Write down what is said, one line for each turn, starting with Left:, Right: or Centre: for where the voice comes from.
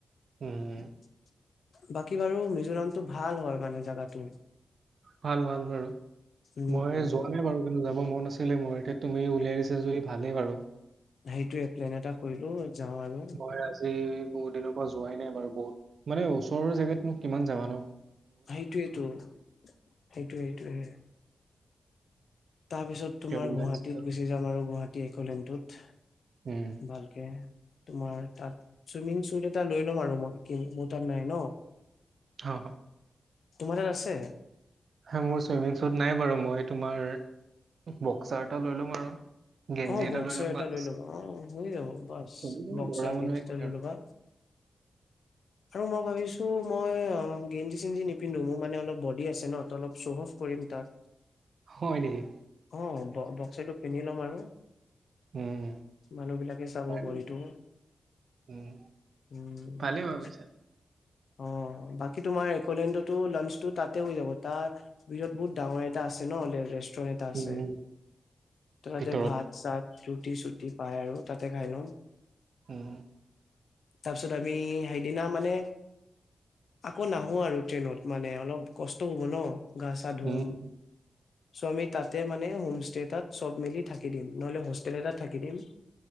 Right: উম,
Left: <inaudible> বাকী বাৰু মিজোৰামটো ভাল হয় মানে জাগাটো
Right: ভাল ভাল বাৰু
Left: উম
Right: মই যোৱা নাই বাৰু কিন্তু যাব মন নাছিলে মোৰ এতিয়া তুমি উলিয়াই দিছা যদি ভালেই বাৰু
Left: সেইটোয়ে প্লেন এটা কৰিলো যাওঁ আৰু
Right: মই আজি বহুত দিনৰ পৰা যোৱাই নাই বাৰু বহুত মানে ওচৰৰ জোগাতনোক কিমান যাবা নো
Left: সেইটোৱেতটো সেইটোয়ে সেইটোয়ে তাৰ পিছত
Right: এতিয়া
Left: তোমাৰ
Right: ওলাইছে
Left: গুৱাহাটীত গুচি যাম আৰু গুৱাহাটী একলেনটোত
Right: উম
Left: ভালকে তোমাৰ তাত চুইমিং চুট এটা লৈ ল'ম আৰু মই কি মোৰ তাত নাই ন
Right: হাহু
Left: তোমাৰ তাত আছে
Right: হয় মোৰ চুইমিং শ্বুত নাই বাৰু মই তোমাৰ বক্সাৰ এটা লৈ ল'ম আৰু গেঞ্জি
Left: অ বক্সাৰ
Right: ল'ম
Left: এটা
Right: বাছ
Left: লৈ ল'বা অ হৈ যাব বাছ
Right: চলিব
Left: বক্সাৰ
Right: ল'ৰা মানুহে
Left: গেম এটা
Right: কি
Left: লৈ
Right: আৰু
Left: ল'বা আৰু মই ভাবিছো মই অ গেঞ্জি চেঞজি নিপিন্ধো মোৰ মানে অলপ বডি আছে তো অলপ চ' অফ কৰিম তাক
Right: হয় নেকি
Left: অ'! ব বক্সিটো কিনি ল'ম আৰু
Right: উম
Left: মানুহ বিলাকে চাব
Right: পাৰি
Left: বহীতো!
Right: উম
Left: উম সেইটো!
Right: ভালেই ভাবিছা
Left: অ বাকী তোমাৰ একলেণ্ডতো লাঞ্চতো তাতে হৈ যাব! তাৰ ভিৰত বহুত ডাঙৰ এটা আছে ন নিউ ৰেষ্টুৰেন্ এটা আছে।
Right: উম
Left: ত ততে
Right: ভিতৰত
Left: ভাত তাত ৰুটি-চুটি পাই আৰু তাতে খাই লম।
Right: হম।
Left: তাৰপিছত আমি সেইদিনা মানে আকৌ নাহো আৰু ট্ৰেইনত মানে অলপ কষ্ট হ'ব ন! গা চা ধুম।
Right: উম
Left: চ' আমি তাতে মানে, হোমষ্টে এটাত চবে মিলি থাকি দিম। নহলে হোষ্টেল এটা থাকি দিম।